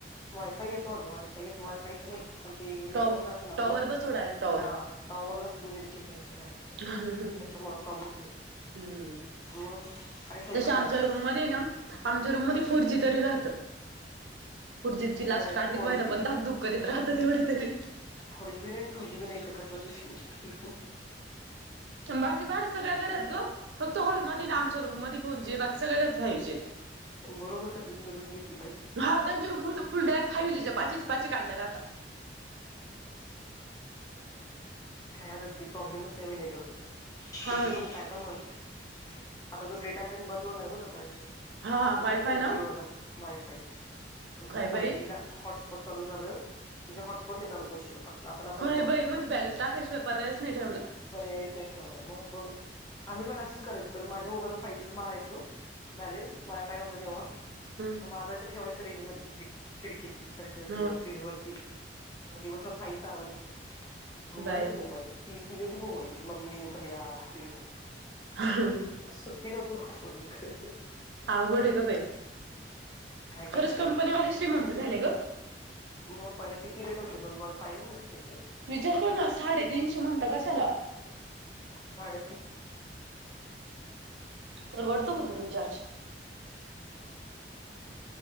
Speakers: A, on the left (about 20°); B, on the right (about 75°).
A: वायफाय येतो. अग वायफाय येतो. वायफायचं नाही. पण ते नेटवर्क
B: टॉवर
A: राहतं ना आपलं
B: टॉवर बसव डायरेक्ट टॉवर
A: हा. टॉवरलाच गुनीले चिन्ह येत डायरेक्ट
B: हम्म हमम हमम
A: त्याच्यामुळे प्रॉब्लेम आहे
B: हमम्.
A: मग काय स्वयंपाक
B: तशी आमच्या
A: आज
B: रूम मध्ये ना आमच्या रूम मध्ये फोर जी तरी राहत फोरजीची
A: हम्म
B: लास्ट कांडी
A: फोर
B: का व्हयना
A: जी
B: पण धाकधुक करीत राहत तेवढ तरी
A: फोर जी बी नाही. टू जी बी नाही इथ कसलाच विषय नाही.
B: बाकी बाहेर सगळ्या घरात ग. फक्त हॉलमध्ये ना. आमच्या रूम मध्ये फोर जी. बाकी सगळ्या घरात फाईव जी.
A: बरोबर रूम घेतली पाहिजे.
B: हा त्यांच्या रूम मध्ये तर फुल डायरेक्ट फाय जीच्याची पाचीच्या पाची कांड्या राहता.
A: काय आता प्रॉब्लेमच हाय नेटवर्क च
B: हा
A: किती पण काय पण म्हणतो आता तो डेटा प्लॅन बंद होणार आहे बर कालचे
B: हा
A: तो
B: वायफाय
A: माहिती आहे.
B: ना
A: का जिओला वायफाय म्हणजे
B: काय
A: फाय
B: बाई
A: जी ला. हॉटस्पॉट चालू झालं. जे हॉटस्पॉट नाही चाल करू शकत आपण. आपण आपणच
B: व्हय
A: वापरायचं
B: बाई म्हणजे
A: फक्त
B: बॅलन्स टाकाय शिवाय पर्यायच नाही ठेवला.
A: पर्यायच नाही ठेवलाय. मग बघ ना. आम्ही पण असंच करायचो पहिला माझ्या मोबाइलला फाय जीच मारायचो. बॅलेस वायफाय नव्हता तेव्हा,
B: हम.
A: मग माझा इथ ठेवायच. रेंज मध्ये खिड खिडकीत तर
B: हं
A: हेच्या फ्रीजवरती. मग दिवसभर फाय जी चालवायच ते घुमाय
B: बाई
A: त तीघी बी घुमवत्यात मग मम्मी, भैया मी.
B: हहमं हमं <unintelligible>
A: सुट्टी नव्हती.
B: अवघड आहे गं बाई,
A: काय करते
B: खरंच कंपनीवाले
A: आता
B: श्रीमंत झाले गं.
A: मग पहिला किती रेट होते. बघ पाहिले ना येच.
B: विचारतो ना. साडे तीनशे म्हणता कशाला?
A: साडेतीन
B: परवडतो का तो रिचार्ज?